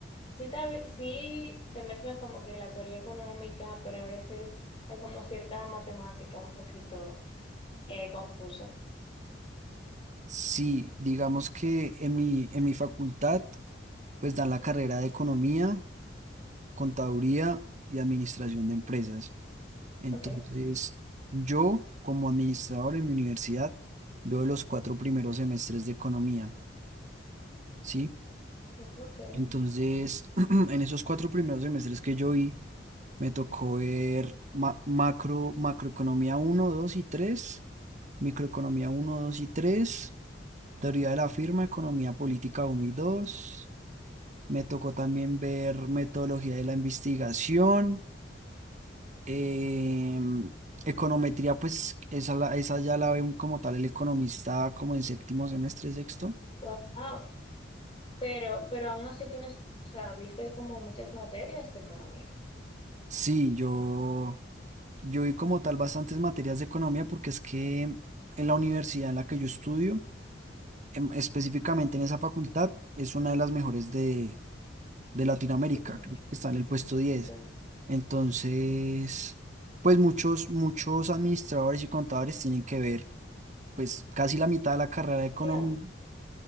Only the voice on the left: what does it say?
sí te, sí te mezclan como que la teoría económica, pero a veces hay como cierta matemática un poquito eh, confusa.
Ok,
ok.
Wow. Pero, pero aún así tienes, o sea, viste como muchas materias de economía.
De economía.
Ok,
Claro,